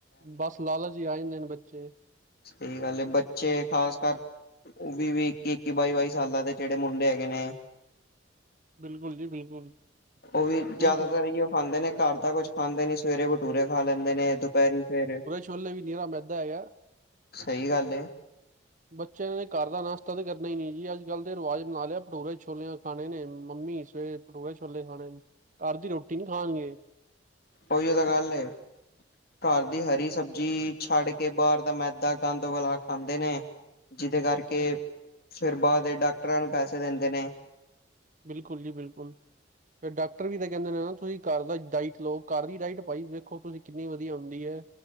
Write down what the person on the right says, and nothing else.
ਬਸ ਲਾਲਾ ਜੀ ਆ ਜਾਂਦੇ ਨੇ ਬੱਚੇ <unintelligible>
ਬਿਲਕੁਲ ਜੀ ਬਿਲਕੁਲ
ਹੁਣ ਤੁਸੀਂ
ਛੋਲਲੇ ਵੀ ਨੀਰਾ ਮੈਦਾ ਹੈਗਾ
ਬੱਚਿਆਂ ਨੇ ਘਰ ਦਾ ਨਾਸ਼ਤਾ ਤਾਂ ਕਰਨਾ ਹੀ ਨੀ, ਜੀ ਅੱਜ ਕੱਲ੍ਹ ਦੇ ਰਿਵਾਜ਼ ਨਾਲ ਲਿਆ, ਭਟੋਰੇ ਛੋਲਿਆਂ ਖਾਣੇ ਨੇ ਮੰਮੀ ਸਵੇਰੇ ਭਟੋਰੇ ਛੋਲੇ ਖਾਣੇ ਨੇ, ਘਾਰ ਦੀ ਰੋਟੀ ਨੀ ਖਾਣਗੇ।
ਉਹ,
ਬਿਲਕੁਲ ਜੀ ਬਿਲਕੁਲ। ਫੇਰ ਡਾਕਟਰ ਵੀ ਤਾਂ ਕਹਿੰਦੇ ਨੇ ਨਾ ਤੁਸੀਂ ਘਰ ਦਾ ਡਾਈਟ ਲਓ ਘਰ ਦੀ ਡਾਈਟ ਭਾਈ ਦੇਖੋ ਤੁਸੀ ਕਿੰਨੀ ਵਧੀਆ ਹੁੰਦੀ ਏ।